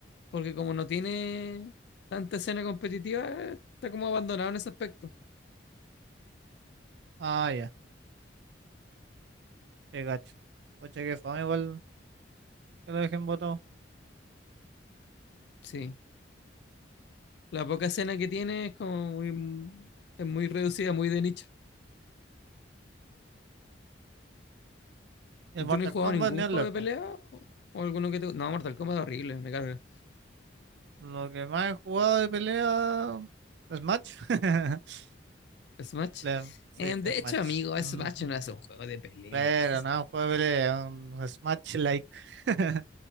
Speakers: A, on the left; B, on the right.
A: Porque como no tiene tanta escena competitiva, está como abandonado en ese aspecto.
B: Ah, ya, qué gacho. Pucha, qué fama igual que lo dejen botado.
A: Sí. La poca escena que tiene es como muy, es muy reducida, muy de nicho.
B: El
A: ¿Y
B: Mortal
A: tú no has jugado
B: Kombat
A: ningún
B: ni hablar,
A: juego de
B: po.
A: pelea? ¿O, o alguno que te... No, Mortal Kombat es horrible, me carga.
B: Lo que más he jugado de pelea es Match. <laughs>
A: Smash.
B: Le- Sí,
A: Eh, de
B: es Match.
A: hecho, amigo,
B: Ujú.
A: Smash no es un juego de peleas.
B: Claro, no, un juego de pelea, un Smash-like. <laughs>